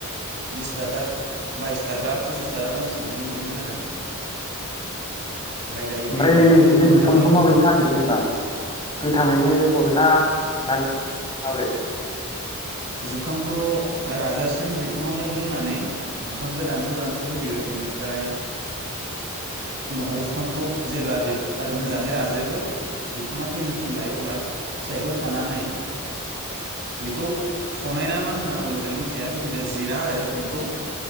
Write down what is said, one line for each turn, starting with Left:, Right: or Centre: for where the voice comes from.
Right: बिस थाखा बाइस थाखा फसिस थाखा गाहामसिम बिदि मोनोमोन आरो। दायो
Left: ओमफ्राय
Right: देग्लाय
Left: ओरै
Right: फन्द्र'
Left: बे जुखामखौ
Right: थाखाल' थांदों
Left: माबायदि फानो जेनेबा गोथाङैनो हरोना नान माब्रै
Right: जुखामखौ राजासिम बिफाङावनो दोननानै बिफांखौ दान सदानस' होयो बिनिफ्राय उनावहाय जुखामखौ जेब्ला बे आरो मोजाङै राजोबो बिफाङा थैनो सम लायो अब्ला फिथाइखौ खानानै बेखौ फनाय ना मा होनो आंबो मोजाङै मिथिया जिखुनु जाया जिरा आरो बेखौ